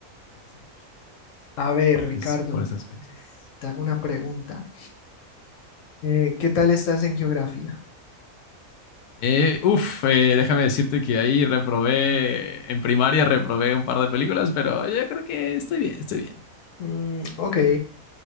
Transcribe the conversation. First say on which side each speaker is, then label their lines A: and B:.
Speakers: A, on the left; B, on the left.
A: la que salió,
B: A ver,
A: entonces
B: Ricardo,
A: por esas fechas.
B: te hago una pregunta. Eh, ¿qué tal estás en geografía?
A: Eh, uf, eh, déjame decirte que ahí reprobé, en primaria reprobé un par de películas, pero yo creo que estoy bien, estoy bien.
B: Mm, ok,